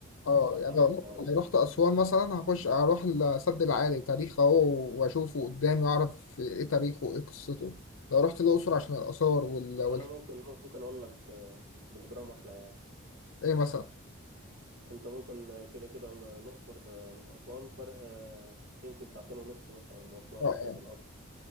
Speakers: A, on the left; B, on the right.
A: اه
B: فرحان
A: يعني لو
B: بالحوار
A: لو
B: ده
A: رحت أسوان مثلا هخش هروح لسد العالي تاريخ أهو وأشوفه قدامي وأعرف إيه تاريخه وإيه قصته لو رحت الأقصر عشان الآثار وال... وال...
B: فأنا ممكن ممكن أقول لك آه، بروجرام أحلى يعني
A: إيه مثلا
B: أنت ممكن آه، كده كده ال- الأقصر آه، من أسوان فرق آه، يمكن ساعتين ونص مثلا مواصلات
A: اه اه
B: آه، بالقطر